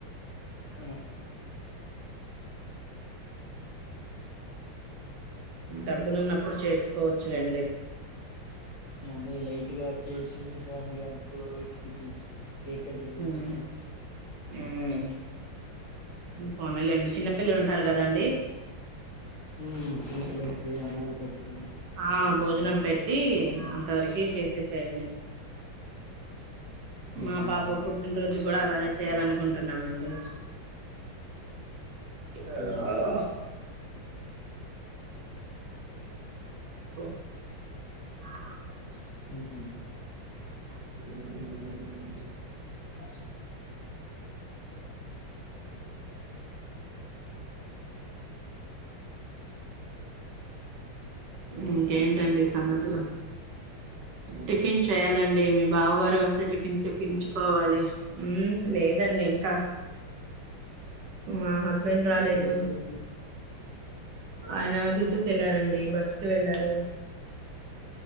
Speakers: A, on the left; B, on the right.
A: ఆ
B: డబ్బులున్నప్పుడు చేసుకో చ్చులేండి
A: అదే లైట్ గా చేసి ఫ్యామిలీ అంత <unintelligible> పిల్చి కేక్ కటింగ్ చేపియటమే
B: ఉమ్ ఉమ్. పోనీలేండి చిన్నపిల్లలు ఉంటారు గదా అండి
A: హ్మ్ చిన్నపిల్లలకి అన్నాలు పెడ్తా
B: ఆ భోజనం పెట్టి అంతవరకే చేసేసేయండి
A: ఉమ్,
B: మా పాప పుట్టినరోజు కూడా అలానే చేయాలను అనుకుంటున్నామండి <unintelligible>
A: ఉమ్,
B: ఆ <inaudible>
A: హ్మ్
B: <inaudible> ఇంకేంటండి సంగతులు టిఫిన్ చేయాలండి మీ బావగారు వస్తే టిఫిన్ తెప్పించుకోవాలి ఉమ్ లేదు దండి ఇంకా ఆహ హస్బెండ్ రాలేదు
A: ఎక్కడికి వెళ్ళారు?
B: ఆయన డ్యూటీకి వెళ్ళారండి డి బస్ కి వెళ్ళారు